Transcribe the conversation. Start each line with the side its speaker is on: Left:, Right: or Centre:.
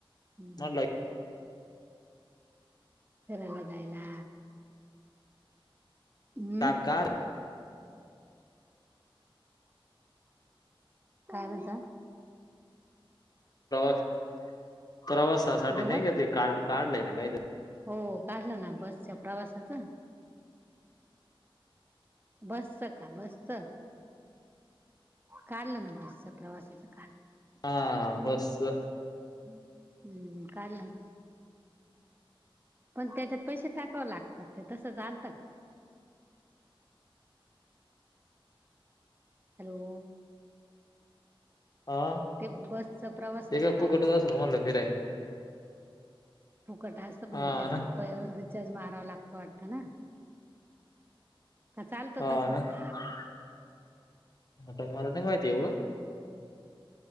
Right: हम्म,
Left: मला
Right: फरायला जायला हम्म
Left: <unintelligible> कार्ड
Right: काय म्हणता?
Left: प्रवास प्रवासासाठी
Right: गवत
Left: नाही का ते कार्ड काढलंय ना काहीतर
Right: हो काढलं ना बसच्या प्रवासाच. बस का बसचं? काढलं ना बसच प्रवासाच कार्ड
Left: हा बसच
Right: हम्, हुं काढलं ना. पण त्याच्यात पैसे टाकावं लागतात ते तसं चालतं का? हॅलो
Left: हा
Right: ते बसच प्रवासाचं
Left: ते काय
Right: काड
Left: फुकटच असेल म्हणलं फिराय
Right: फुकट असत पण
Left: हा
Right: म त्याच्यात
Left: ना
Right: प रिचार्ज मारावा लागतो वाटतं ना. का चालतं
Left: हा
Right: तसच
Left: ना
Right: ते
Left: <unintelligible> मला नाही माहिती एवढं